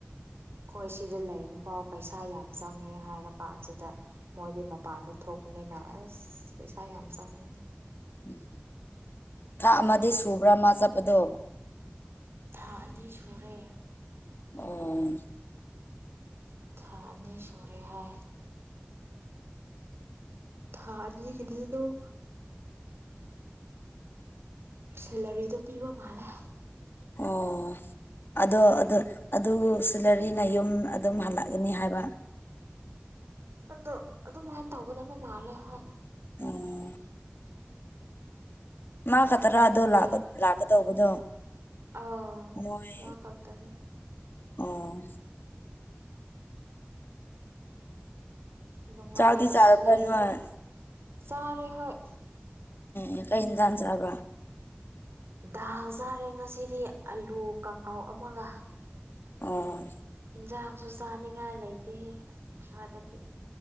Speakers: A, on the right (about 80°); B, on the left (about 65°).
A: ꯑꯩꯈꯣꯏ ꯁꯤꯗ ꯂꯩꯕ ꯐꯥꯎ ꯄꯩꯁꯥ ꯌꯥꯝ ꯆꯪꯉꯦ ꯍꯥꯏꯔ ꯀꯥꯟꯁꯤꯗ ꯃꯣꯏꯗꯤ ꯃꯄꯥꯟꯗ ꯊꯣꯛꯄꯅꯤꯅ ꯑꯁ ꯄꯩꯁꯥ ꯌꯥꯝ ꯆꯪꯕꯅꯤ
B: ꯎꯝ ꯊꯥꯛ ꯑꯃꯗꯤ ꯁꯨꯕ꯭ꯔꯥ ꯃꯥ ꯆꯠꯄꯗꯣ꯫
A: ꯊꯥ ꯑꯅꯤ ꯁꯨꯔꯦ꯫
B: ꯑꯣ꯫
A: ꯊꯥ ꯑꯅꯤ ꯁꯨꯔꯦ ꯍꯥꯏ꯫ ꯊꯥ ꯑꯅꯤ ꯒꯤꯗꯤ ꯗꯨꯝ__ ꯁꯦꯂꯔꯤꯗꯣ ꯄꯤꯕ ꯃꯥꯜꯂꯦ꯫
B: ꯑꯣ꯫ ꯑꯗꯣ ꯑꯗꯨ ꯑꯗꯨ ꯁꯂꯔꯤꯅ ꯌꯨꯝ ꯑꯗꯨꯝ ꯍꯜꯂꯛꯑꯅꯤ ꯍꯥꯏꯕ꯫
A: ꯑꯗꯣ ꯑꯗꯨꯃꯍꯥꯏꯅ ꯇꯧꯒꯗꯕ ꯃꯥꯜꯂꯦ ꯍꯣꯏ꯫
B: ꯎ꯫ ꯃꯥ ꯈꯛꯇ꯭ꯔꯥ
A: ꯅꯨꯡꯉꯥꯏ
B: ꯑꯗꯨꯗꯣ ꯂꯥꯛꯀꯗꯧꯕꯗꯣ
A: ꯑꯥ
B: ꯃꯣꯏ__
A: ꯃꯥ ꯈꯛꯇꯅꯤ
B: ꯑꯣ꯫
A: ꯅꯨꯡꯉꯥꯏ
B: ꯆꯥꯛꯗꯤ
A: ꯑꯁꯨ
B: ꯆꯥꯔꯕ꯭ꯔꯥ
A: ꯂꯩꯌꯦꯒ
B: ꯅꯣꯏ
A: ꯆꯥꯔꯦ ꯍꯣꯏ꯫
B: ꯑꯦ ꯀꯩ ꯍꯤꯡꯖꯥꯡ ꯆ꯭ꯔꯕ꯫
A: ꯗꯥꯜ ꯆꯥꯔꯦ ꯉꯁꯤꯗꯤ ꯑꯂꯨ__ ꯀꯥꯡꯉꯥꯎ ꯑꯃꯒ
B: ꯑꯣ
A: ꯌꯦꯟꯖꯥꯡ__ ꯁꯨ ꯆꯥꯅꯤꯡꯉꯥꯏ ꯂꯩꯇꯦ ꯑꯗꯨꯗꯗꯤ꯫